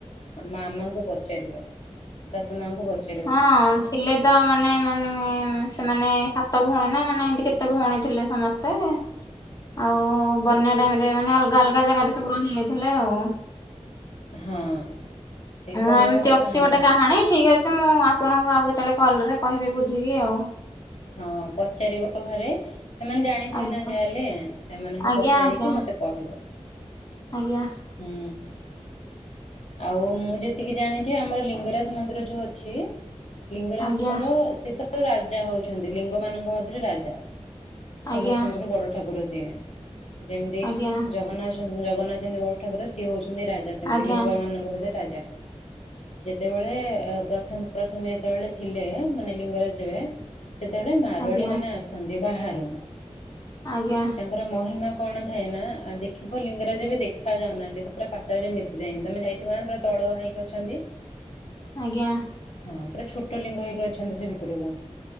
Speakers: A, on the left; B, on the left.
A: ମାମାଙ୍କୁ ପଚାରିବ। ଚାଷ ମାଆଙ୍କୁ ପଛ
B: ହଁ ଥିଲେ ତ ମାନେ ମାନେ ସେମାନେ ସାତ ଭଉଣୀ ନା ମାନେ ଏମତି କେତେ ଭଉଣୀ ଥିଲେ ସମସ୍ତେ ଆଉ ବନ୍ୟା ଟାଇମ ରେ ମାନେ ଅଲଗା ଅଲଗା ଜାଗାରେ ସବୁ ରହିଯାଇଥିଲେ ଆଉ।
A: ହଁ ସେ
B: ହଁ
A: କଣ
B: ଏମିତି ଅଛି ଗୋଟେ
A: ଥିଲା।
B: କାହାଣୀ ଠିକ୍ ଅଛି। ମୁଁ ଆପଣଙ୍କୁ ଆଉ କେତେବେଳେ କଲ୍ ରେ କହିବି ବୁଝିକି ଆଉ।
A: ହଁ ପଚାରିବ ଘରେ ସେମାନେ ଜାଣ ଆଣିଥିବେ
B: ଆଜ୍ଞା
A: ନା ଯାହାହେଲେ, ସେମାନଙ୍କୁ
B: ଆଜ୍ଞା
A: ପଚାରିକି ମତେ କହିବ।
B: ଆଜ୍ଞା
A: ହୁଁ ଆଉ ମୁଁ ଯେତିକି ଜାଣିଛି ଆମର ଲିଙ୍ଗରାଜ ମନ୍ଦିର ଯୋଉ ଅଛି ଲିଙ୍ଗରାଜପର
B: ଆଜ୍ଞା
A: ସେ ତ ରାଜା ହଉଛନ୍ତି। ଲିଙ୍ଗ ମାନଙ୍କ ମଧ୍ୟରେ ରାଜା।
B: ଆଜ୍ଞା
A: ସମସ୍ତଙ୍କଠୁ ବଡ ଠାକୁର ସିଏ ଯେମିତି
B: ଆଜ୍ଞା
A: ଜଗନ୍ନାଥ ଜଗନ୍ନାଥ ବଡ଼ ଠାକୁର ସିଏ ହଉଛନ୍ତି ରାଜା ସେମିତି,
B: ଆଜ୍ଞା
A: <unintelligible> ରାଜା। ଯେତେବେଳେ ପ୍ରଥମେ ପ୍ରଥମେ ଯେତେବେଳେ ଥିଲେ, ମାନେ ଲିଙ୍ଗରାଜରେ ସେତେବେଳେ ମାରବାଡ଼ି
B: ଆଜ୍ଞା
A: ମାନେ ଆସନ୍ତି ବାହାରୁ।
B: ଆଜ୍ଞା
A: ତାଙ୍କର ମହିମା କଣ ଥାଏ ନା ଦେଖିବ ଲିଙ୍ଗରାଜ ଏବେ ଦେଖାଯାଉନାହାନ୍ତି, ପୁରା ପାତାଳରେ ମିଶି ଯାଇ ତମେ ଯାଇଥିବ ତ ତଳ ନେଇକି ଅଛନ୍ତି।
B: ଆଜ୍ଞା
A: ହଁ ପୁରା ଛୋଟ ଲିଙ୍ଗ ହେଇକି ଅଛନ୍ତି ସେ ଭିତରକୁ।